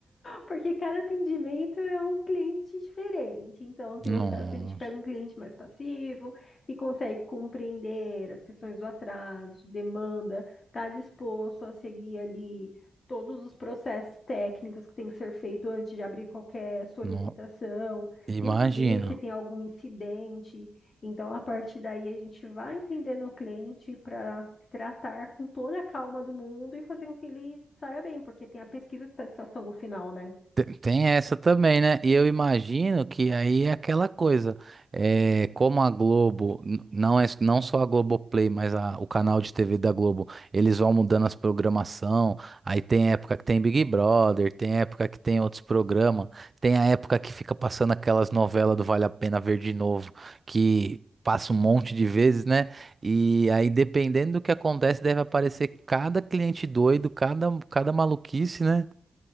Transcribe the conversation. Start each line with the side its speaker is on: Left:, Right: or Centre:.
Left: porque cada atendimento é um cliente diferente. Então, tem os
Right: Nossa.
Left: casos que a gente pega um cliente mais passivo, que consegue compreender as questões do atraso, demanda, está disposto a seguir ali todos os processos técnicos que tem que ser feito antes de abrir qualquer solicitação,
Right: No...
Left: tem
Right: Imagina.
Left: que ver se tem algum incidente. Então, a partir daí, a gente vai entendendo o cliente para tratar com toda a calma do mundo e fazer com que ele saia bem, porque tem a pesquisa de satisfação no final, né?
Right: Tem tem essa também, né? E eu imagino que aí é aquela coisa, é, como a Globo, n- não é não só a Globoplay, mas a- o canal de TV da Globo, eles vão mudando as programação, aí tem época que tem Big Brother, tem época que tem outros programas, tem a época que fica passando aquelas novelas do Vale a Pena Ver de novo, que passa um monte de vezes, né? E aí, dependendo do que acontece, deve aparecer cada cliente doido, cada, cada maluquice, né?